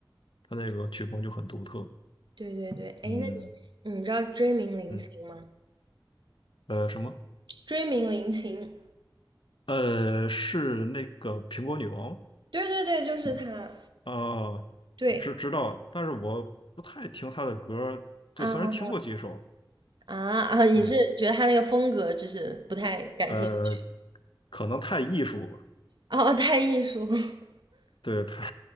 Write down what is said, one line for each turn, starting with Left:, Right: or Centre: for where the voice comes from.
Left: 他那个曲风就很独特，
Right: 对对对，哎，
Left: 嗯
Right: 那你嗯你知道追名林檎吗？
Left: 嗯，呃，什么？
Right: 追名林檎，
Left: 呃，是那个苹果女王
Right: 对对对，就是他。
Left: 啊，哦
Right: 对
Left: 知知道，但是我不太听他的歌儿对，
Right: 啊
Left: 虽然听过几首，
Right: 啊啊！你是觉得他那个风格就是不太感兴趣
Left: 对，呃，可能太艺术了，
Right: 哦，哦太艺术。<laughs>
Left: 对，太，